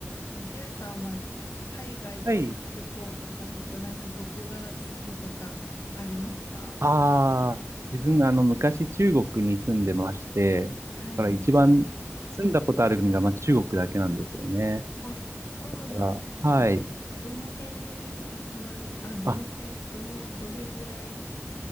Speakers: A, on the left (about 75°); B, on the right (about 75°).
A: でもゆうさんは海外旅行とかだとなんかどこが好きとかありますか
B: はい。ああ、自分があの昔中国に住んでまして、だから一番住んだことある国がまあ中国だけなんですよね。
A: はい。あ、そうなんですね。
B: だから、はい。
A: どの辺に住まれ、あ、どの辺、
B: あ、
A: どの、どれぐらい